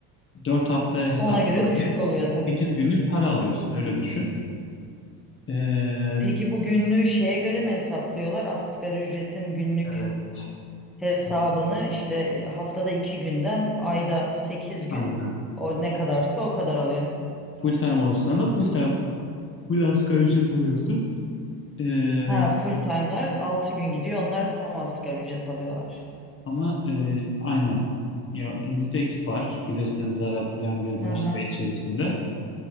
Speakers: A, on the left; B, in the centre.
A: Dört haftaya hesaplanıyor.
B: Ona göre düşük oluyor tabii
A: sekiz
B: ki.
A: günlük para alıyorsun öyle düşün. Ee,
B: Peki bu günlüğü şeye göre mi hesaplıyorlar? Asgari ücretin günlük
A: evet.
B: hesabını
A: Evet,
B: işte haftada iki günden ayda sekiz gün
A: Aynen.
B: o ne kadarsa o kadar alıyor.
A: Full time olursan da full time full asgari ücret alıyorsun. Ee,
B: Ha full time'lar altı gün gidiyor. Onlar tam asgari ücret alıyorlar.
A: ama e, aynen. Ya Inditex var. Bilirsiniz Zara, Pull&Bear, Bershka
B: Hı hı.
A: içerisinde.